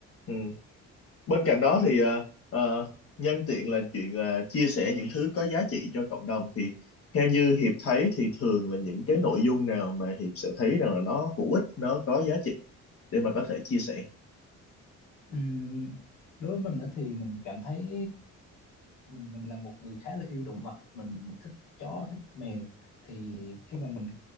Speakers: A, on the left; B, on the left.
A: ừ bên cạnh đó thì ờ, ờ, nhân tiện là chuyện ờ, chia sẻ những thứ có giá trị cho cộng đồng thì theo như Hiệp thấy thì thường là những cái nội dung nào mà Hiệp sẽ thấy rằng là nó hữu ích nó có giá trị để mà có thể chia sẻ
B: ừ. đối với mình đó thì mình cảm thấy mình mình là một người khá là yêu động vật mình thích chó thích mèo thì khi mà mình